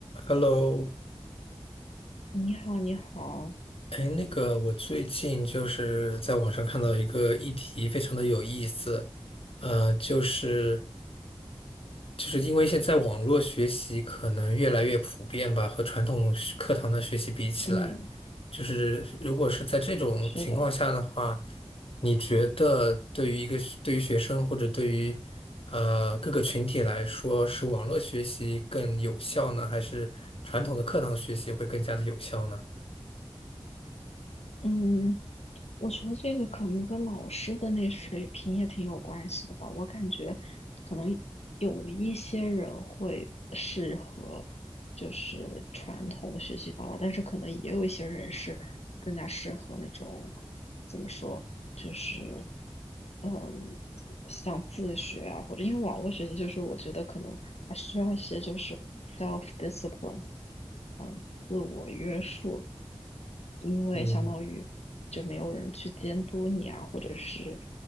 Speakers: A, on the left (about 60°); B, on the left (about 85°).
A: Hello，
B: 你好，你好，
A: 哎，那个，我最近就是在网上看到一个议题，非常的有意思，呃，就是就是因为现在网络学习可能越来越普遍吧，和传统学课堂的学习比起来，
B: 嗯，
A: 就是如果是在这种情况下的话，
B: 是的，
A: 你觉得对于一个对于学生或者对于呃各个群体来说，是网络学习更有效呢，还是传统的课堂学习会更加的有效呢？
B: 嗯，我觉得这个可能跟老师的那水平也挺有关系的吧。我感觉可能有一些人会适合就是传统的学习方法，但是可能也有一些人是更加适合那种怎么说，就是嗯，像自学啊，或者因为网络学习，就是我觉得可能他需要一些就是 self discipline。嗯自我约束，因为相当于就没有人去监督你啊，
A: 嗯
B: 或者是